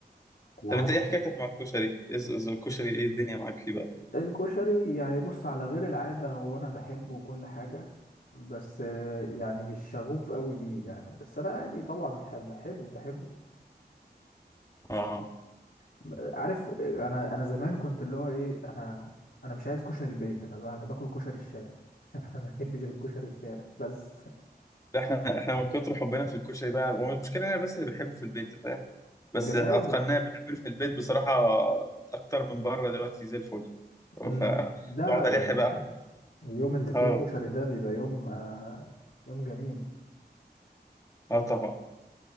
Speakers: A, on the left (about 70°); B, on the left (about 20°).
A: العسل
B: طب انت ايه حكايتك مع الكشري إز- إز- الكشري ايه الدنيا معاك فيه بقى
A: الكشري يعني بص على غير العاده هو انا بحبه وكل حاجه بس آه، يعني مش شغوف قوي بيه يعني بس انا عادي طبعا حب حلو بحبه
B: اه
A: ب- عارف آه، انا انا زمان كنت اللي هو ايه انا انا مش عايز كشري البيت انا ب- انا باكل كشري الشارع <laughs> ما بحبش غير كشري الشارع بس
B: ده احنا احنا من كتر حبنا في الكشري بقى والمشكله انا بس اللي بحبه في البيت فاهم بس
A: <laughs> يا راجل
B: اتقناه بنعمله في البيت بصراحه اكتر من بره دلوقتي زي الفل فبقعد
A: امم لا لا
B: الح
A: لا
B: بقى
A: لا. اليوم اللي فيه
B: اه
A: كشري ده بيبقى يوم آه يوم جميل
B: اه طبعا